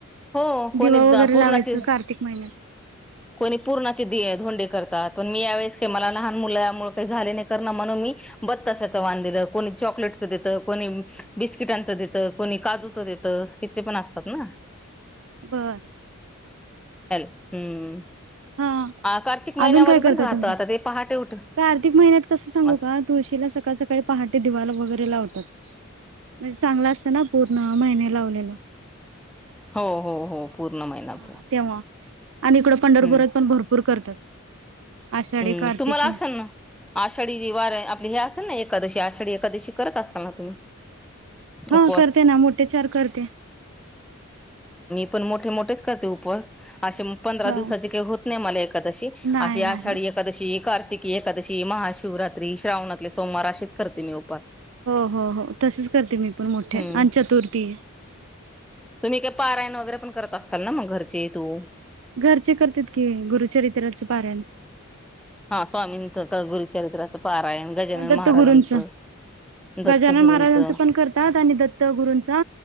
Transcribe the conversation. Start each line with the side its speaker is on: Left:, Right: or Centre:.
Centre: हो कोणी
Right: दिवा वगैरे
Centre: पूर्णाची
Right: लावायच कार्तिक महिन्यात.
Centre: कोणी पूर्णाची दि ोंडी करतात पण मी यावेेळेस मला लहान मुलामुळे काही झाले नाही कर म्हणून मी. ब को चकलेट द बस्टच द को काजू. ते तर हिचे पण असतात ना.
Right: बर.
Centre: हम्म
Right: हा
Centre: कार्तिक महिन्यामध्ये
Right: अजून काय
Centre: पण
Right: करता
Centre: राहत
Right: तुमच्या?
Centre: आता ते पहाटे. उठ
Right: कार्तिक महिन्यात कसं सांगू
Centre: हम्म
Right: का तुळशीला सकाळ सकाळी पहाटे दिवाला वगैरे लावतात. म्हणजे चांगला असत ना पूर्ण महिने लावलेलं
Centre: हो हो हो पूर्ण महिनाभर.
Right: हा तेव्हा आणि इकडं पंढरपुरात
Centre: हम्म
Right: पण भरपूर करतात. आषाढी
Centre: हम्
Right: कार्तिकी
Centre: तुम्हाला असेल ना आषाढी जी वारा आपली हे अस एकादशी आषाढी एकादशी करत असता ना तुम्ही
Right: हा
Centre: उपवास
Right: करते ना मोठे चार करते
Centre: मोठ मोठे उप पंरा
Right: हा.
Centre: दिवसा का होत नाही म ए
Right: नाही नाही
Centre: शी कार्तिकी एकादशी महाशिवरात्री श्रावणातले सोमवार असशीच करते मी उपास
Right: हो हो हो तसेच करते मी पण मोठे
Centre: हम्म
Right: आणि चतुर्थी
Centre: तुम्ही काय पारायण वगैरे पण करत असताल ना मग घरचे तू
Right: घरचे करते की गुरुचरित्राच पाारयण
Centre: हा स्वामींच गुरुचरित्रा गजानन
Right: दत्त
Centre: महाराजांचं
Right: गुरूंचं
Centre: दत्तगुरूंचं
Right: गजानन महाराजांच पण करतात आणि दत्त गुरूंचा